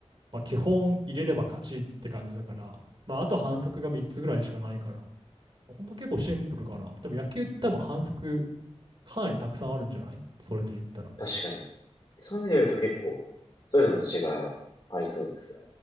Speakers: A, on the right; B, on the left.
A: まあ、基本入れれば勝ちって感じだから、まあ、あと反則が3つぐらいしかないから、ほんと結構シンプルかな。
B: うん
A: 多分野球って多分反則かなりたくさんあるんじゃないそれで言ったら。
B: 確かに。そういう意味で言うと結構、それぞれの違いはありそうですね。